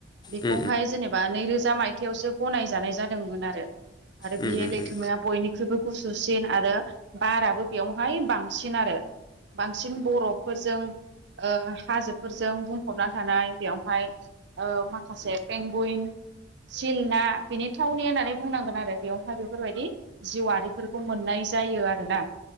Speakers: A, on the right; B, on the left.
A: बेखौहाय
B: उम
A: जेनेबा नैरोज जा मायथायावसो गनायजानाय जादोंमोन आरो। आरो
B: उम
A: बेयो
B: उम
A: लैथोमाया बयनिख ख्रुइबो गुसुसिन आरो बाराबो बेयावहाय बां सिन आरो। बांसिन बर'ब फोरजों। ओ हाजोफोरजों बुंफबना थानाय बेयावहाय ओ माखासे पेंगुइन सिल ना बेनि थावनि होननानै बुंनांगोनआरो बेयावहाय बेफोरबायदि जिउआफोरखौ मोननाय जायो आरोना।